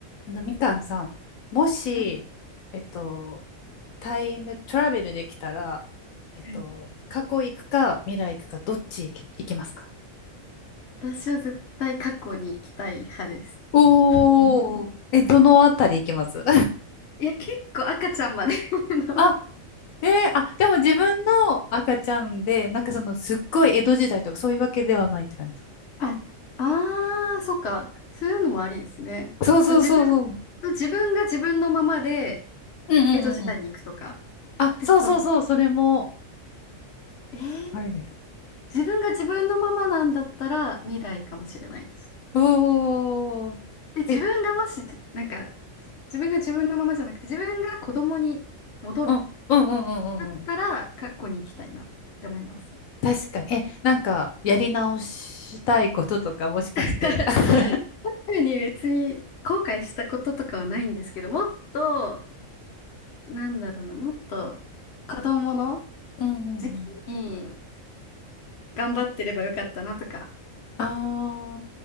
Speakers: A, on the left (about 80°); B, on the left (about 60°).
A: あの、みかんさん、もし、
B: はい
A: えっと、タイムトラベルできたら、えっと、
B: はい
A: 過去行くか未来行くか、どっち行き、行きますか
B: 私は絶対過去に行きたい派です。
A: おー、
B: <laughs>
A: え、どのあたり行きます
B: いや、結構赤ちゃんまでの
A: <laughs> あ、えーあ、でも自分の赤ちゃんで、なんかその、すっごい江戸時代とかそういうわけではないって感じですか
B: あ、ああそっか。そういうのもありですね。
A: そうそうそうそう。
B: そう、自分、そう自分が自分のままで
A: うんうんうんうん。
B: 江戸時代に行くとか
A: あ、
B: ってことですか。
A: そうそうそう、それも、
B: えー、
A: あれです。
B: 自分が自分のままなんだったら未来かもしれないです。
A: お
B: で、自分がもし、
A: ー、え、
B: なんか、自分が自分のままじゃなくて、自分が子供に戻る
A: うん、うんうんうんうんうん。
B: だったら過去に行きたいなって思います。
A: 確かに。え、なんか、やり直したいこととか、もしかして。
B: <laughs>
A: <laughs>
B: 特に別に後悔したこととかはないんですけど、もっと、なんだろうな、もっと子供の
A: うんうんうん
B: 時期に頑張ってればよかったなとか、
A: あ